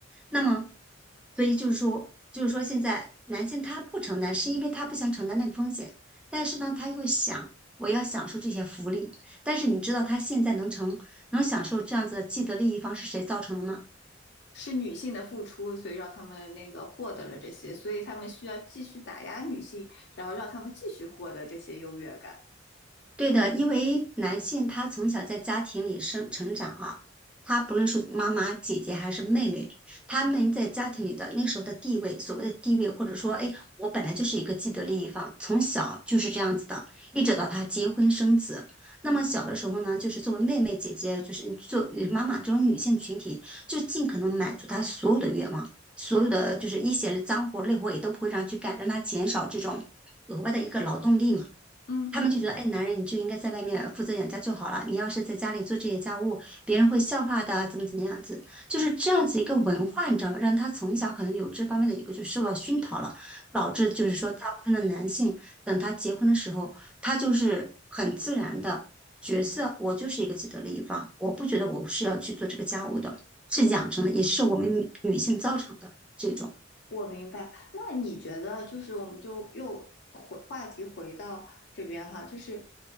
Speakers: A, in the centre; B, on the left.
A: 那么，所以就是说，就是说现在男性他不承担，是因为他不想承担那个风险，但是呢，他又想我要享受这些福利，但是你知道他现在能成能享受这样子的既得利益方是谁造成的吗？
B: 是女性的付出，所以让他们那个获得了这些，所以他们需要继续打压女性，然后让他们继续获得这些优越感。
A: 对的，因为男性他从小在家庭里生成长啊，他不论是妈妈、姐姐还是妹妹，他们在家庭里的那时候的地位，所谓的地位，或者说，哎，我本来就是一个既得利益方，从小就是这样子的，一直到他结婚生子。那么小的时候呢，就是作为妹妹、姐姐，就是作为妈妈这种女性群体，就尽可能满足她所有的愿望，所有的就是一些脏活累活也都不会让去干，让她减少这种额外的一个劳动力嘛。
B: 嗯，
A: 他们就觉得，哎，男人你就应该在外面负责养家就好了，你要是在家里做这些家务，别人会笑话的，怎么怎么样子，就是这样子一个文化，你知道吗？让他从小可能有这方面的一个就受到熏陶了，导致就是说，大部分的男性等他结婚的时候，他就是很自然的角色，我就是一个既得利益方，我不觉得我是要去做这个家务的，是养成的，也是我们女女性造成的这种，
B: 我明白，那你觉得就是我们就又回话题回到这边哈，就是